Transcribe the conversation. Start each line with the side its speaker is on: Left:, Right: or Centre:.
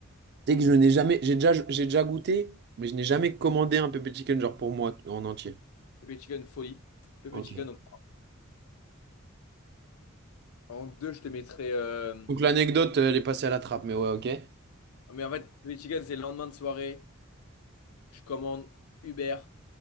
Right: Tu que je n'ai jamais, j'ai déjà, j'ai déjà goûté, mais je n'ai jamais commandé un pepper chicken genre pour moi en entier.
Left: Pepe Chicken folie. Pepe
Right: Ok.
Left: Chicken en en 2, je te mettrai. euh,
Right: Donc l'anecdote, elle est passée à la trappe, mais ouais, ok.
Left: Mais en fait, Pepe Chicken, c'est le lendemain de soirée. Je commande Uber.